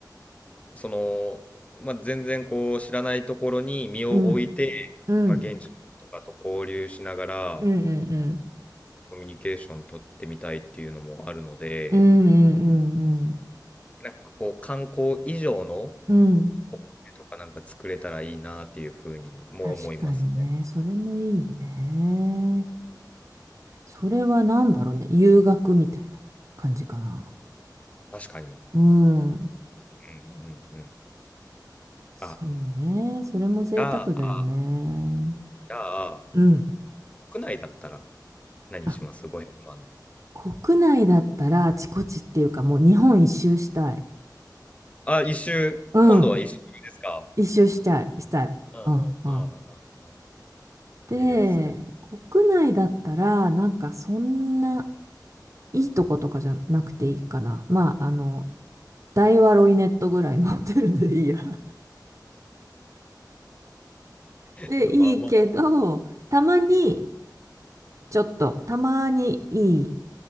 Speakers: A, on the left; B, on the right.
A: その、まあ、全然こう知らないところに身を置いて、
B: うん。うん
A: まあ、現地の人とかと交流しながら
B: うんうんうん。
A: コミュニケーション取ってみたいっていうのもあるので、
B: うんうんうん
A: なんかこう観光以上の
B: うん。うん。
A: 思いとかなんか作れたらいいなっていうふうにも思いますね。
B: 確かにね。それもいいよね。それは何だろうね。遊学みたいな感じかな。
A: 確かに。
B: うん。
A: うんうんうん。
B: そうね。
A: あ、
B: それも贅沢だよね。
A: じゃあ、じゃあ、
B: うん。
A: 国内だったら何します
B: あ、
A: ?500 万で。
B: 国内だったらあちこちっていうかもう日本一周したい。
A: あ、一周。
B: うん。
A: 今度は一周ですか
B: 一周したい。したい。
A: うんうんうんう
B: うんうん。で、
A: ん。いいですね。
B: 国内だったら、なんかそんないいとことかじゃなくていいかな。まあ、あの、大和ロイネットぐらいのホテルでいいや。<laughs> で、
A: いや、まあまあ。
B: いいけど、たまに、ちょっと、たまにいい